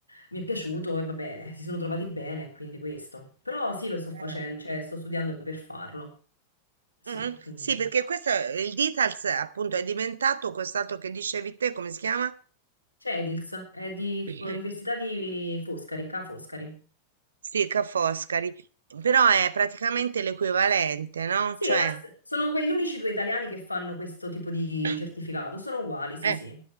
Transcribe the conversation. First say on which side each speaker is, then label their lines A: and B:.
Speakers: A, on the left; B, on the right.
A: mi è piaciuto e vabbè, si sono trovati bene, quindi questo. Però sì, lo sto
B: Bene.
A: facendo, cioè sto studiando per farlo. Sì,
B: Mhm.
A: quindi
B: Sì, perché questo è- il Details appunto è diventato quest'altro che dicevi te, come si chiama?
A: c'è Edils, è di
B: <clears throat>
A: Università di Foscari, Ca' Foscari.
B: Sì, Ca' Foscari, però è praticamente l'equivalente, no?
A: Sì,
B: Cioè,
A: è la st- sono quegli unici due italiani che fanno questo tipo di
B: <clears throat>
A: certificato, sono uguali, sì,
B: eh,
A: sì.